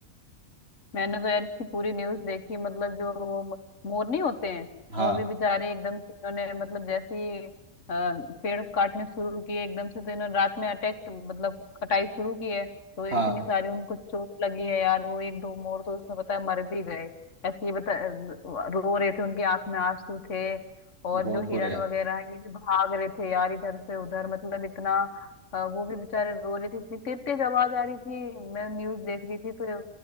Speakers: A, on the left (about 60°); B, on the right (about 45°).
A: मैंने तो यार इसकी पूरी न्यूज देखी मतलब जो वो म- मोर नहीं होते हैं
B: हाँ
A: वो भी बेचारे एकदम से इन्होंने मतलब जैसे ही अ, पेड़ काटने शुरू किए एकदम से तो इन्होंने रात में अटैक मतलब कटाई शुरू की है तो इतनी
B: हाँ
A: सारी उनको चोट लगी है यार वो एक दो मोर तो उसमें पता है मर भी गए ऐसे ही बता रो रहे थे उनकी आंख में आंसू थे और
B: बहुत
A: जो
B: बुरे
A: हिरन
B: हैं
A: वगैरह हैं, ये भी भाग रहे थे यार इधर से उधर मतलब इतना अ, वो भी बेचारे रो रहे थे इतनी तेज तेज आवाज आ रही थी मैं न्यूज देख रही थी तो